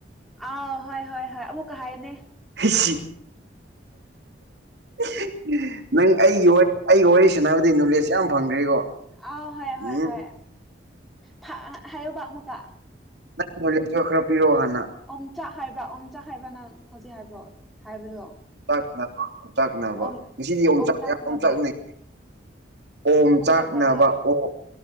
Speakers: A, in the centre; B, on the right.
A: ꯑꯥꯎ ꯍꯣꯏ ꯍꯣꯏ ꯍꯣꯏ ꯑꯃꯨꯛꯀ ꯍꯥꯏꯌꯣꯅꯦ
B: ꯍꯁꯤ <unintelligible> ꯅꯪ ꯑꯩꯒꯤ ꯑꯩꯒ ꯋꯥꯔꯤ ꯁꯥꯟꯅꯕꯗꯤ ꯅꯣꯂꯦꯖ ꯌꯥꯝ ꯐꯪꯈ꯭ꯔꯦꯀꯣ
A: ꯑꯥꯎ ꯍꯣꯏ ꯍꯣꯏ
B: ꯎꯝ
A: ꯍꯣꯏ ꯐ ꯍꯥꯏꯌꯣꯕ ꯑꯃꯨꯛꯀ
B: ꯅꯪ ꯅꯣꯂꯦꯖꯇꯣ ꯈꯔ ꯄꯤꯔꯣ ꯍꯥꯟꯅ
A: ꯑꯣꯝꯆꯥꯛ ꯍꯥꯏꯕ꯭ꯔꯥ ꯑꯣꯝꯆꯥꯛ ꯍꯥꯏꯕ꯭ꯔꯥ ꯅꯪ ꯍꯧꯖꯤꯛ ꯍꯥꯏꯕ꯭ꯔꯣ ꯍꯥꯏꯕꯗꯣ
B: ꯑꯣꯝꯆꯥꯛꯅꯕ ꯑꯣꯝꯆꯥꯛꯅꯕ
A: ꯑꯣꯝ
B: ꯉꯁꯤꯗꯤ ꯌꯣꯆꯥꯛ
A: ꯑꯣꯝꯇꯛꯅꯕ
B: ꯌꯥꯝ ꯑꯣꯝꯆꯥꯛꯅꯩ ꯑꯣꯝꯆꯥꯛꯅꯕ
A: ꯑꯣꯝꯇꯛꯅꯕ
B: ꯑꯣꯝ